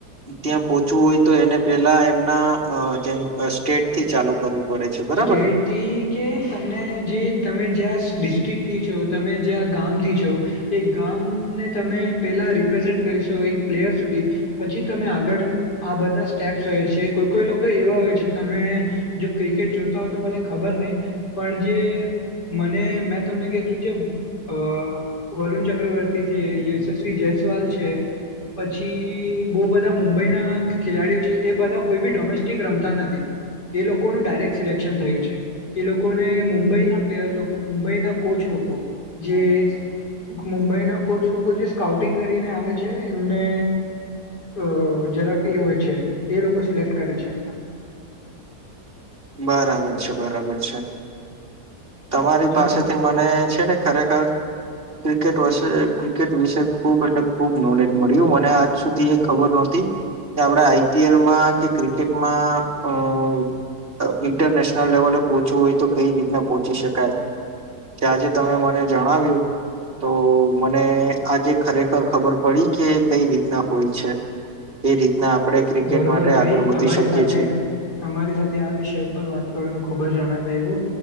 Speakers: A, on the right; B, on the left.
A: ત્યાં પોચવું હોય તો એને પેલા એમના, અ જેમ સ્ટેટ થી ચાલુ કરવું પડે છે બરાબર
B: સ્ટેટથી
A: ને
B: કે, તમને જે તમે જ્યાં ડિસ્ટ્રિક થી છો, તમે જે આ ગામથી છો, એ ગામને તમે પેલા રિપ્રેઝન્ટ કરી શો, એક પ્લેયર સુધી, પછી તમે આગળ આ બધા સ્ટેપ્સ હોય છે, કોઈ કોઈ લોકો એવા હોય છે તમે જો ક્રિ કેટ જોતા હોય તો મને ખબર નહી, પણ જે મને મે તમને કેશું જે અ વરુણ ચક્રવર્તી છે, યશસ્વી જેસ્વાલ છે. પછી બોહ બધા મુંબઈના ખેલાડીઓ છે, એ બધા કોઈ બી ડોમેસ્ટિક રમતા નથી. એ લોકો નું ડાયરે સિલેક્શન થયું છે, એ લોકોને મુંબઈના પ્લેયર લોકો, મુંબઈના કોચ લોકો, જે <unintelligible> મુંબઈના કોચ લોકો જે સ્કાઉટિંગ કરીને આવે છે એમને અ જરાક એ હોય છે, એ લોકો સિલેક્ટ કરે છે.
A: <inaudible> બરાબર છે, બરાબર છે, તમારી પાસેથી
B: ચાલ
A: મને છે ને ખરેખર ક્રિકેટ વષે, ક્રિકેટ વિશે ખૂબ એટલે ખૂબ નોલેજ મળ્યું, મને આજ સુધી એ ખબર નોહતી કે આપણે આઈ પી એલમાં, કે ક્રિકેટમાં અમ ઇન્ટરનેશનલ લેવલે પોહચવું હોય તો કઈ રીતના પોહચી શકાય. કે આજે તમે મને જણાવ્યું તો મને આજે ખરેખર ખબર પડી, કે કઈ રીતના હોય છે. એ રીતના આપણે ક્રિકેટ
B: બરોબર
A: માટે
B: ભાઈ
A: આગળ વધી
B: તમારી
A: શકીએ
B: સાથે,
A: છીએ
B: તમારી સાથે આવી વિષય ઉપર વાત કરવાનો ખૂબ જ આનંદ આઇવો,